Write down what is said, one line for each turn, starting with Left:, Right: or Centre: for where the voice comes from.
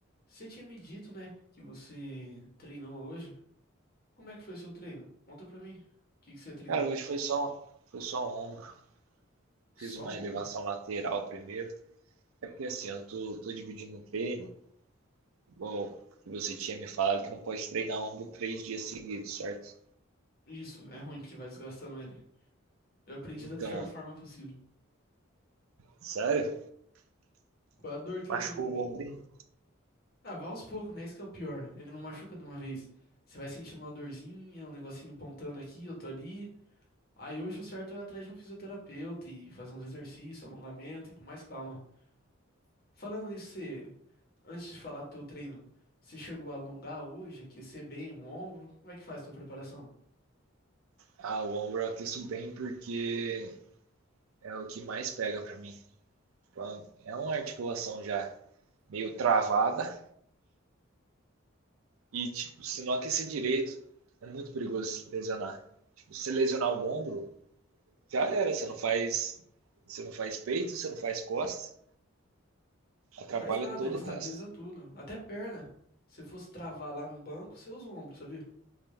Left: Você tinha me dito, né, que você treinou hoje. Como é que foi seu treino? Conta pra mim. O que que você treinou?
Right: Cara, hoje foi só, um, foi só um ombro.
Left: Só
Right: Fiz uma
Left: o ombro?
Right: elevação lateral primeiro. É porque assim, eu tô, tô dividindo o treino, igual que você tinha me falado que não pode treinar ombro três dias seguidos, certo?
Left: Isso, é ruim porque vai desgastando ele. Eu aprendi
Right: Então,
Left: da <laughs> pior forma possível.
Right: sério?
Left: Com a dor que
Right: Machucou
Left: eu tenho hoje.
Right: o ombro?
Left: Ah, vá aos poucos, né? Isso que é o pior. Ele não machuca de uma vez. Você vai sentindo uma dorzinha, um negocinho pontando aqui, outro ali. Aí hoje o certo é ir atrás de um fisioterapeuta e fazer uns exercícios, alongamento e com mais calma. Falando nisso, você Antes de falar do teu treino, você chegou a alongar hoje, aquecer bem o ombro? Como é que faz a tua preparação?
Right: Ah, o ombro eu aqueço bem porque é o que mais pega pra mim. Então, É uma articulação já meio travada e, tipo, se não aquecer direito, é muito perigoso lesionar. Tipo, se lesionar o ombro, já era. Você não faz, você não faz peito, você não faz costas, atrapalha
Left: Faz nada,
Right: todo
Left: ele estabiliza
Right: o resto.
Left: tudo, até perna. Se fosse travar lá no banco, você usa o ombro, sabia?